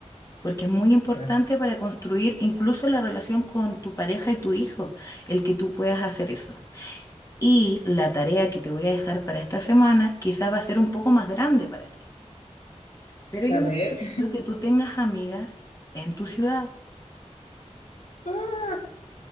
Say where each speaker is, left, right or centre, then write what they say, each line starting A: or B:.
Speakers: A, on the left; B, on the left.
A: porque es muy importante
B: Ya.
A: para construir incluso la relación con tu pareja y tu hijo, el que tú puedas hacer eso. Y la tarea que te voy a dejar para esta semana quizás va a ser un poco más grande para ti, pero yo
B: A
A: necesito
B: ver.
A: que tú tengas amigas en tu ciudad.
B: <laughs>